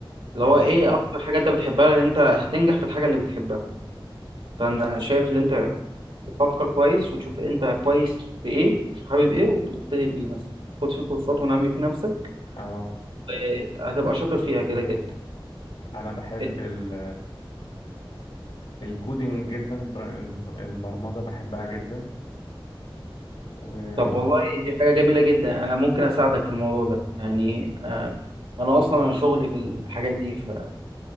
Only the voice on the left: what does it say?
اه
اه
انا بحب
ال الكودينج جدا الب- الب- البرمجة بحبها جدا و